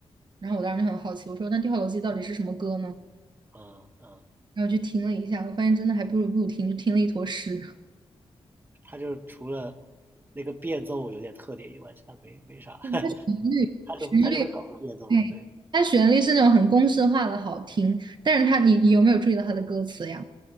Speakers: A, on the right (about 45°); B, on the right (about 20°).
A: 然后我当时就很好奇，我说那《跳楼机》到底是什么歌呢？
B: 嗯嗯，
A: 然后去听了一下，我发现真的还不如不听，就听了一坨屎。<laughs>
B: 他就是除了那个变奏有点特点以外，其他没没啥，
A: 嗯它旋律，
B: <laughs> 他就会他就会搞个变奏，
A: 旋律，对，
B: 对。
A: 它旋律是那种很公式化的好听，但是它你你有没有注意到它的歌词呀？